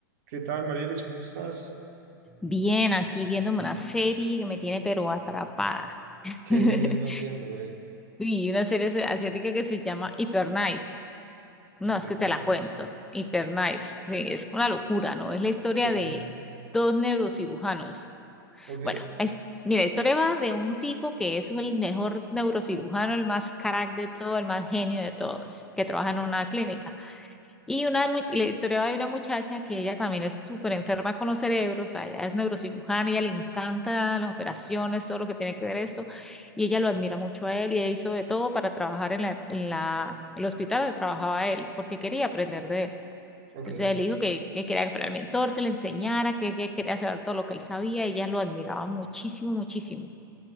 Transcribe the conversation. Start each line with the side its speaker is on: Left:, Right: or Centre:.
Right: ¿Qué tal, Marielis? ¿Cómo estás?
Centre: Bien, aquí viéndome una serie que me tiene pero atrapada.
Right: ¿Qué
Centre: <laughs>
Right: serie andas viendo, eh?
Centre: Y una serie asi- asiática que se llama Hyperknife. No,
Right: Hiper
Centre: es que te
Right: nice.
Centre: la cuento. Hyperknife, sí, es una locura, ¿no? Es la historia
Right: ¿Qué?
Centre: de dos neurocirujanos.
Right: ¿Ok?
Centre: Bueno, es, mira, la historia va de un tipo que es el mejor neurocirujano, el más crack de todo, el más genio de todos, que trabaja en una clínica. Y una, mu- la historia de una muchacha que ella también es súper enferma con los cerebros, o sea, ella es neurocirujana, ella le encanta las operaciones, todo lo que tiene que ver eso, y ella lo admira mucho a él y ella hizo de todo para trabajar en la, en la, el hospital donde trabajaba él, porque quería aprender de él.
Right: ¿Ok?
Centre: Entonces él dijo que, que quería que fuera el mentor, que le enseñara, que, que quería saber todo lo que él sabía, y ella lo admiraba muchísimo, muchísimo